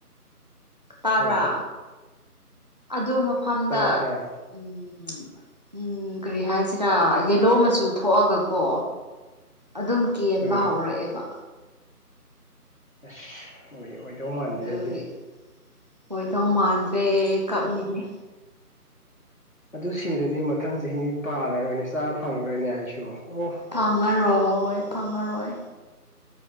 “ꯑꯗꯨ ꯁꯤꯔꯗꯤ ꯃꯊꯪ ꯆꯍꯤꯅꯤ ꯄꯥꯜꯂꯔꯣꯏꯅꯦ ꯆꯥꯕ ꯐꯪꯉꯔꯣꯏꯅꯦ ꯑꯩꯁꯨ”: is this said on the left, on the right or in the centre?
Left